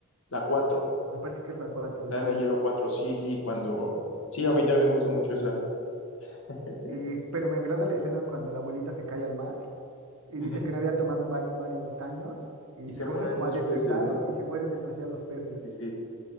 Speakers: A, on the left; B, on the right.
A: la cuatro,
B: Me parece que es la cuatro
A: la
B: sí.
A: era de hielo cuatro, sí, sí, cuando... Sí, a mí también me gusta mucho esa. <laughs>
B: Eh, pero me agrada la escena cuando la abuelita se cae al mar y
A: Ujú.
B: dice que no había tomado un baño en varios años y
A: Y se
B: se comienza
A: mueren
B: como
A: unos
B: a despintar
A: peces, ¿no?
B: y se mueren demasiados peces.
A: Sí, sí.